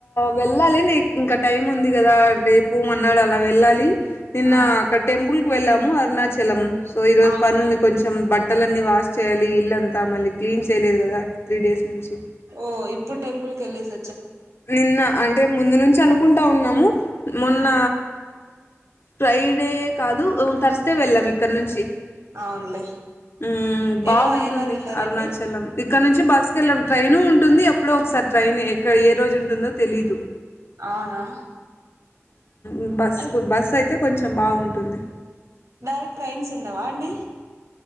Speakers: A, on the left; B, on the right.
A: వెళ్ళాలి ని ఇంకా టైం ఉంది కదా రేప్ పూ మర్న్నాడు అలా వెళ్ళాలి నిన్న
B: ఆ
A: అక్కడ టెంపుల్ కు వెళ్ళాము అరుణాచలం సో ఈరోజు
B: అవునా
A: పని ఉంది కొంచెం బట్ బట్టలన్నీ వాష్ చేయాలి ఇల్లుంతా మళ్ళీ క్లీన్ చేయలేదు కదా త్రీ డేస్ నుంచి
B: ఓ ఇప్పుడు టెంపుల్ కెళ్లేసి
A: నిన్న అంటే ముందు నుంచి అనుకుంటా ఉన్నాము మొన్న
B: ఆ
A: ఫ్రైడే కాదు ఉమ్ థర్స్డే వెళ్ళాం ఇక్కడ నుంచి
B: అవునులే
A: ఉమ్ బాగుంటుంది
B: ఎలా ఎలా వెళ్ళారండి
A: అరుణాచలం ఇక్కడ నుంచి బస్ సుకెళ్ళం ట్రైను ఉంటుంది ఎప్పుడు ఒకసారి ట్రైన్ ఎక్కడ ఏ రోజు ఉంటుందో తెలీదు
B: అవునా
A: ఉమ్ బస్సు
B: అంటే
A: బస్సు అయితే కొంచెం బాగుంటుంది
B: నైట్ ట్రైన్స్ ఉండవా అండి